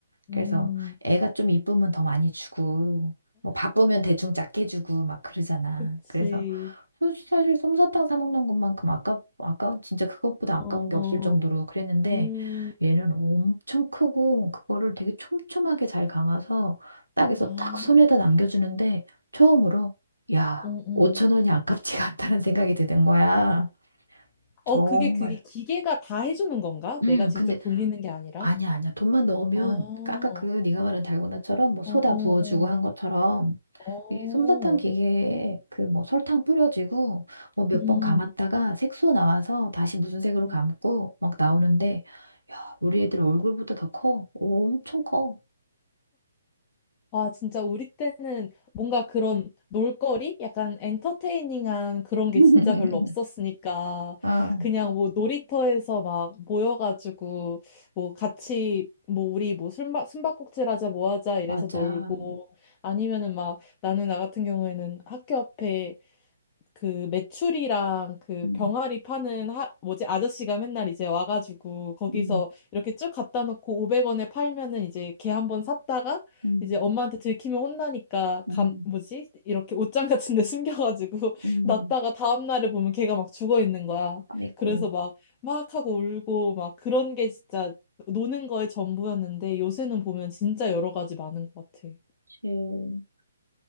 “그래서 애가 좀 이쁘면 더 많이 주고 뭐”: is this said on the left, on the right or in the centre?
Right